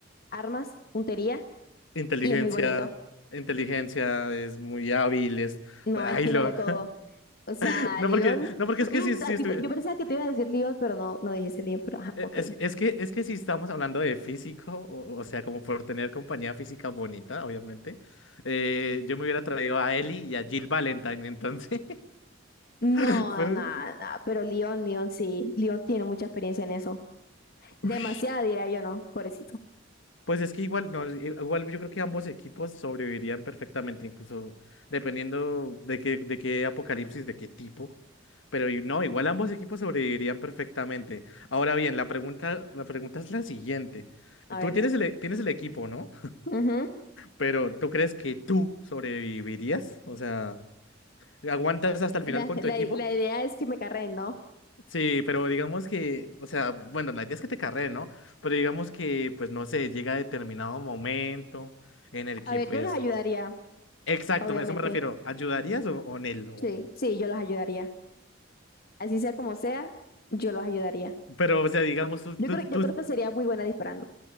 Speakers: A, on the left; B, on the left.
A: armas, puntería
B: Inteligencia,
A: y es muy bonito.
B: inteligencia es muy hábil, es,
A: No,
B: ay,
A: él tiene
B: lo,
A: de todo. O sea,
B: <laughs> no
A: Leon.
B: porque, no porque es que
A: Oye,
B: si, si
A: a ti-
B: estuvi-
A: yo pensaba que te iba a decir Leon, pero no, no dijiste Leon, pero ajá,
B: e-
A: ok.
B: es, es que, es que si estamos hablando de físico, o, o sea, como por tener compañía física bonita, obviamente, eh, yo me hubiera traído a Ellie y a Jill Valentine, entonces,
A: No,
B: <laughs> pues,
A: nada, nada, pero Leon, Leon sí. Leon tiene mucha experiencia en eso. Demasiada,
B: uy.
A: diría yo, no, pobrecito.
B: Pues es que igual, no, i- igual yo creo que ambos equipos sobrevivirían perfectamente, incluso dependiendo de qué, de qué apocalipsis, de qué tipo. Pero i- no, igual ambos equipos sobrevivirían perfectamente. Ahora bien, la pregunta, la pregunta es la siguiente.
A: A ver.
B: Tú tienes el, e- tienes el equipo, ¿no?
A: Ujú.
B: Pero ¿tú crees que tú sobrevivirías? O sea, ¿aguantas hasta el final
A: La,
B: con
A: la,
B: tu equipo?
A: la idea es que me carreen, ¿no?
B: Sí, pero digamos que, o sea, bueno, la idea es que te carreen, ¿no? Pero digamos que, pues no sé, llega determinado momento en el que
A: A ver,
B: pues
A: yo los ayudaría,
B: Exacto,
A: obviamente.
B: a eso me refiero. ¿Ayudarías o, o en él? O-
A: Sí, sí, yo los ayudaría. Así sea como sea, yo los ayudaría.
B: Pero, o sea, digamos, ¿tú,
A: Yo
B: tú,
A: creo, yo
B: tú,
A: creo que sería muy buena disparando.